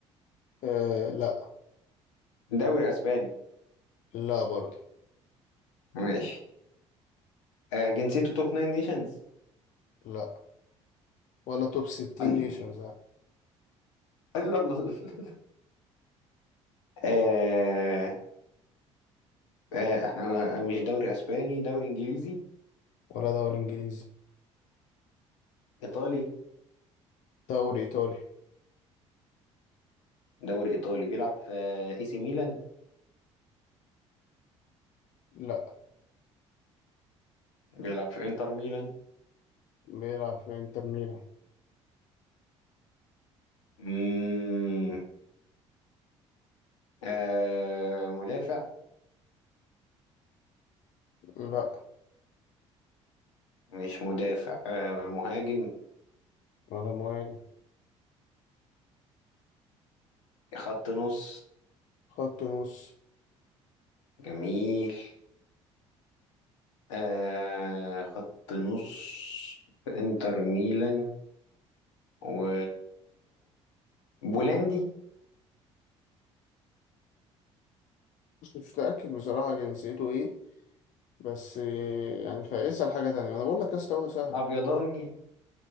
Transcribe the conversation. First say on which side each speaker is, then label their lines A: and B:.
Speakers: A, on the left (about 55°); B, on the left (about 80°).
A: آه لا
B: دوري اسباني
A: لا برضه
B: ماشي آه، جنسيته توب ناين نيشنز
A: لا ولا توب ستين
B: <laughs> الله
A: نيشنز
B: الله الله الله. آه، آه، احنا مش دوري اسباني دوري انجليزي
A: ولا دوري انجليزي
B: ايطالي
A: دوري ايطالي
B: دوري ايطالي بيلعب في آه، اي سي ميلان
A: لا
B: بيلعب في انتر ميلان
A: بيلعب في انتر ميلان
B: مم، آه، مدافع
A: لا
B: مش مدافع آه مهاجم
A: ولا مهاجم
B: خط نص
A: خط نص
B: جميل آه خط نص في انتر ميلان و بولندي
A: بص مش متأكد بصراحة جنسيته ايه بس آه، يعني فاسأل حاجة تانية انا بقول لك يا اسطى هو سهل
B: ابيضاني